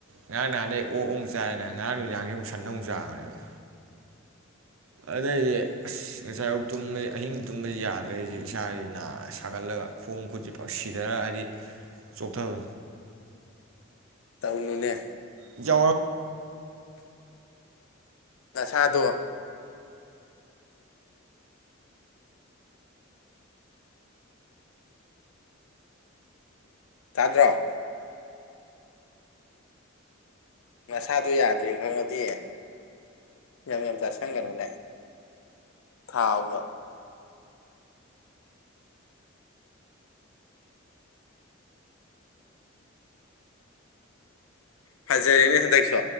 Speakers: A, on the right; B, on the left.
A: ꯉꯔꯥꯡ ꯅꯍꯥꯟꯁꯩ ꯑꯣꯛ ꯑꯃꯨꯛ ꯆꯥꯏꯌꯦꯅ ꯉꯔꯥꯡ ꯅꯨꯃꯤꯗꯤꯡ ꯁꯟꯅ ꯑꯃꯨꯛ ꯆꯥꯕꯅꯦꯕ ꯑꯗꯩꯗꯤ ꯑꯁ ꯉꯁꯥꯏꯑꯌꯨꯛ ꯇꯨꯝꯃꯦ ꯑꯍꯤꯡ ꯇꯨꯝꯕ ꯌꯥꯗ꯭ꯔꯦ ꯑꯩ ꯏꯁꯥꯁꯦ ꯁꯥꯒꯠꯂꯒ ꯈꯣꯡ ꯈꯨꯠꯁꯤ ꯄꯛꯁꯤꯗꯅ ꯍꯥꯏꯗꯤ ꯆꯣꯛꯊꯕ
B: ꯇꯥꯎꯅꯨꯅꯦ
A: ꯌꯥꯎꯔꯛ
B: ꯅꯁꯥꯗꯣ ꯇꯥꯗ꯭ꯔꯣ ꯅꯁꯥꯗꯣ ꯌꯥꯗ꯭ꯔꯦ ꯈꯪꯉꯗꯤ ꯌꯥꯝ ꯌꯥꯝ ꯆꯥꯁꯟꯒꯅꯨ ꯅꯦ ꯊꯥꯎꯗ ꯐꯖꯔꯦꯅꯦ ꯍꯦꯟꯗꯛꯁꯨ